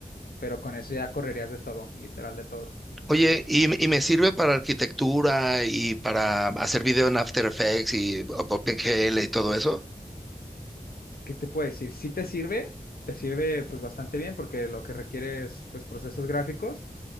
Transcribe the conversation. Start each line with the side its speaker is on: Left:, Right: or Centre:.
Left: pero con eso ya correrías de todo, literal de todo.
Centre: Oye, y, y me sirve para arquitectura y para hacer video en After Effects y OpenGL y todo eso.
Left: ¿qué te puedo decir? Sí te sirve, te sirve pues bastante bien porque lo que requiere es pues procesos gráficos,